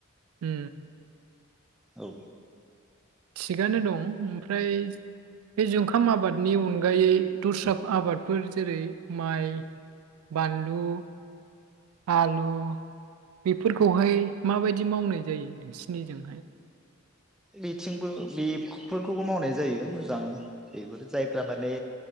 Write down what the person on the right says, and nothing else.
उम
थिगानो दं ओमफ्राय बे जुखाम आबादनि अनगायै दुस्रा आबादफोर जेरै माइ बानलु आलु बेफोरखौहाय माबायदि मावनाय जायो नोंसिनिजोंहाय?